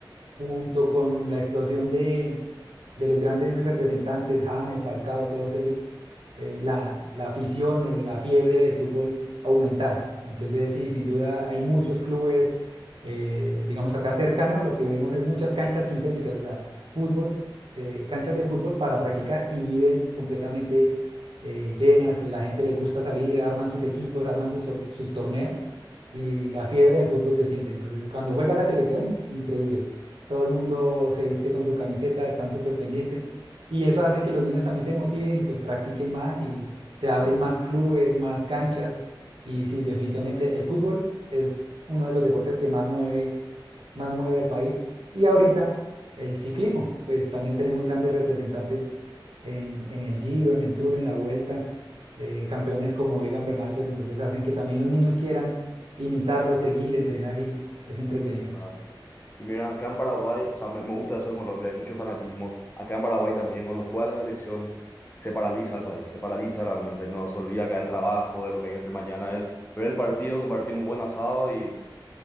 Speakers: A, on the right; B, on the left.
A: junto con la explosión de, de los grandes representantes, James, Falcao, todos ellos, eh, la, la afición, o la fiebre del fútbol aumentara. Entonces, sí, sin duda hay muchos clubes, eh, digamos acá cercano, lo que vemos es muchas canchas sintéticas, o sea, fútbol eh, canchas de fútbol para practicar y viven completamente eh, llenas. La gente le gusta salir, arman sus equipos, arman sus, sus sus torneos y la fiebre del fútbol se siente. Entonces, cuando juega la selección, increíble. Todo el mundo se viste con su camiseta, están súper pendientes y eso hace que los niños también se motiven y pues practiquen más y se abren
B: ujú,
A: más clubes, más canchas. Y sí, definitivamente el fútbol es uno de los deportes que más mueve más mueve al país. Y ahorita el ciclismo, pues también tenemos grandes representantes en, en el Giro, en el Tour, en la Vuelta, eh, campeones como Egan Bernal, pues entonces hacen que también los niños quieran imitarlo, seguir, entrenar y es entretenido.
B: claro. Y mira, acá en Paraguay, o sea, me, me gusta eso en Colombia, hay mucho fanatismo. Acá en Paraguay también, cuando juega la selección, se paraliza el país, se paraliza realmente. No se olvida acá el trabajo, de lo que hay que hacer mañana, es ver el partido, compartir un buen asado y